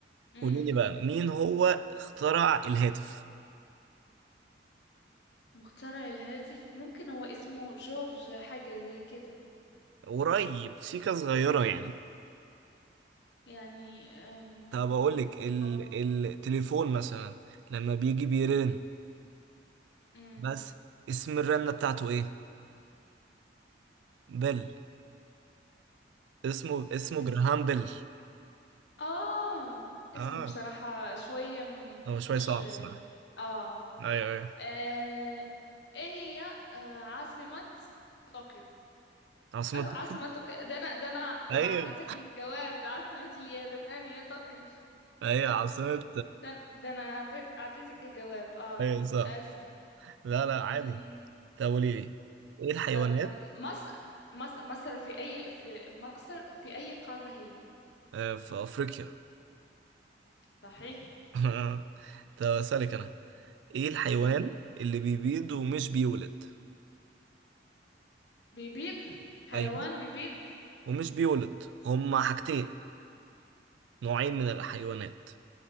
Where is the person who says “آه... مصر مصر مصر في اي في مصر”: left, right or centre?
Left